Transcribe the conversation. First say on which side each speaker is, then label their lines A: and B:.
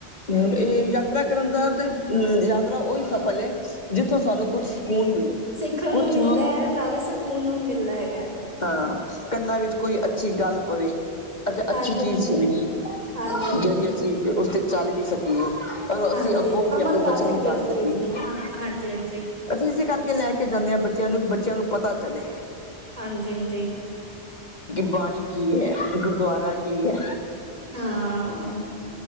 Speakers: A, on the left; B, on the right.
A: ਹ ਇਹ ਯਾਤਰਾ ਕਰਨ ਦਾ ਤੇ ਯਾ ਤਰਾਂ ਉਈ ਸਫਲ ਏ ਜਿੱਥੇ ਸਾਨੂੰ ਕੁਛ ਸਕੂਨ ਮਿਲੇ
B: ਸਿੱਖਣ
A: ਕੁਝ
B: ਨੂੰ
A: ਸੁਣਨ
B: ਮਿਲਦਾ ਹੈ ਨਾਲੇ ਸਕੂਨ ਨੂੰ ਮਿਲਦਾ ਹੈਗਾ।
A: ਹਾਂ ਕੰਨਾਂ ਵਿੱਚ ਕੋਈ ਅੱਛੀ ਗੱਲ ਪਵੇ। ਅੱਛਾ
B: ਹਾਂਜੀ-ਹਾਂਜੀ,
A: ਅੱਛੀ ਚੀਜ਼ ਸੁਣੀਏ
B: ਹਾਂਜੀ-ਹਾਂਜੀ,
A: ਜੇੜੀ
B: ਹਾਂਜੀ
A: ਅਸੀਂ ਉਸ ਤੇ ਚੱਲ ਵੀ ਸਕੀਏ। ਪਰ
B: ਹਾਂਜੀ,
A: ਅਸੀਂ ਅੱਗੋਂ
B: ਹਾਂਜੀ।
A: ਹੋ ਕੇ
B: ਅਮਲ
A: ਆਪਣੇ
B: ਕਰ
A: ਬੱਚਿਆਂ
B: ਸਕੀਏ
A: ਨੂੰ ਦੱਸ
B: ਉਸ
A: ਸਕੀਏ
B: ਚੀਜ਼ ਨੂੰ, ਹਾਂ, ਹਾਂਜੀ-ਹਾਂਜੀ।
A: ਅਸੀਂ ਇਸੇ ਕਰਕੇ ਲੈ ਕੇ ਜਾਂਦੇ ਆਂ ਬੱਚਿਆਂ ਨੂੰ ਬੱਚਿਆਂ ਨੂੰ ਪਤਾ ਚਲੇ
B: ਹਾਂਜੀ-ਹਾਂਜੀ।
A: ਬਾਣੀ ਕੀ ਐ ਗੁਰਦੁਆਰਾ ਕੀ ਐ।
B: ਹਾਂ